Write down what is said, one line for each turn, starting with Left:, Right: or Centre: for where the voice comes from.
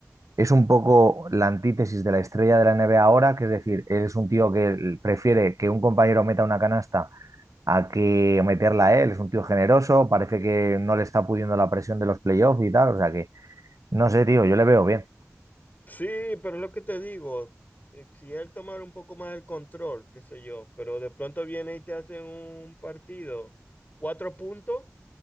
Right: es un poco la antítesis de la estrella de la NBA ahora, que es decir, es un tío que prefiere que un compañero meta una canasta hay que meterla a él, es un tío generoso, parece que no le está pudiendo la presión de los playoffs y tal, o sea que no sé, tío, yo le veo bien,
Left: Sí, pero es lo que te digo, eh, si él tomara un poco más el control, qué sé yo, pero de pronto viene y te hace un partido, cuatro puntos,